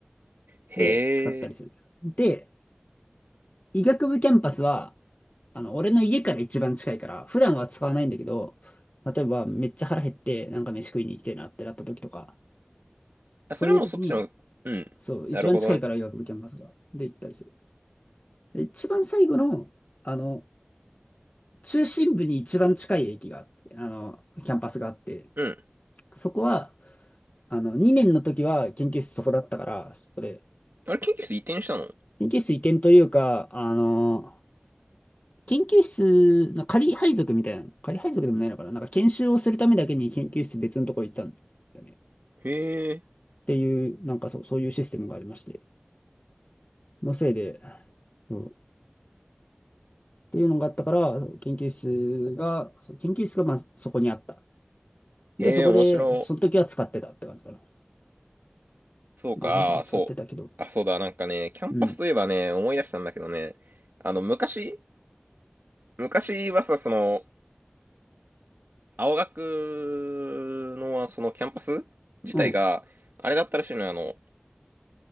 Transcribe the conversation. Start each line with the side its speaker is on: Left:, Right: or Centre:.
Right: へえ。
Left: で、使ったりする。で、医学部キャンパスは、あの、俺の家から一番近いから、普段は使わないんだけど、例えばめっちゃ腹減って、なんか飯食いに行きたいなってなった時とか、
Right: あ、
Left: そういう時に、
Right: それはもうそっちの、うん。
Left: そう、
Right: なるほどね。
Left: 一番近いから医学部キャンパスが、で行ったりする。で一番最後の、あの、中心部に一番近い駅があって、あの、キャンパスがあって、
Right: うん。
Left: そこは、あの、2年の時は研究室そこだったから、そこで、
Right: あれ、研究室移転したの
Left: 研究室移転というか、あの、研究室、な仮配属みたいなの、仮配属でもないのかな、なんか研修をするためだけに研究室別のとこ行ったんだよね。っ
Right: へえ、
Left: ていう、なんかそう、そういうシステムがありまして、のせいで、そうっていうのがあったから、そう研究室が、そう研究室がまあそこにあった。
Right: へえ、
Left: で、そこで、
Right: 面白い。
Left: その時は使ってたって感じかな。
Right: そうか、
Left: まあ、その時は使ってたけど、
Right: あそう。あ、そうだ、なんかね、キャンパスといえばね、
Left: うん、
Right: 思い出したんだけどね、あの、昔、昔はさ、その、青学の、そのキャンパス自体が、
Left: うん。
Right: あれだったらしいのよ、あの、